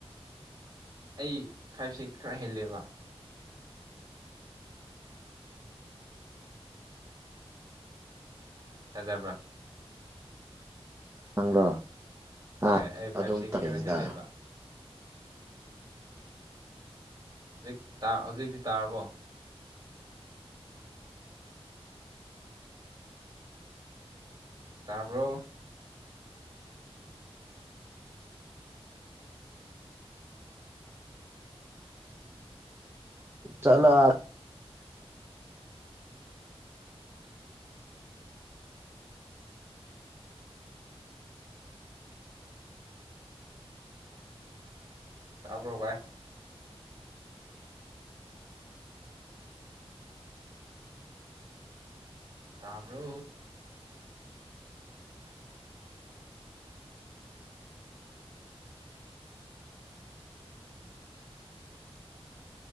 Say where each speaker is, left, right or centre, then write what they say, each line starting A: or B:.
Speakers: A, on the right; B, on the right.
A: ꯑꯩ ꯐꯥꯏꯚ ꯁꯤ ꯈꯔ ꯍꯦꯜꯂꯦꯕ ꯁꯖꯕ꯭ꯔꯥ
B: ꯅꯪꯕ꯭ꯔꯣ
A: ꯍꯣꯏ
B: ꯑ
A: ꯑꯩ ꯐꯥꯏꯚ
B: ꯑꯗꯨꯝ
A: ꯁꯤꯛꯁ
B: ꯇꯧꯔꯛꯏꯗ
A: ꯈꯔ ꯍꯦꯜꯂꯦꯕ ꯍꯧꯖꯤꯛ ꯍꯧꯖꯤꯛꯇꯤ ꯇꯥꯔꯕꯣ ꯇꯥꯔꯕꯣ ꯎꯝ
B: ꯆꯂꯣ
A: ꯇꯥꯔꯕ꯭ꯔꯣ ꯚ ꯇꯥꯞ꯭ꯔꯣ <inaudible>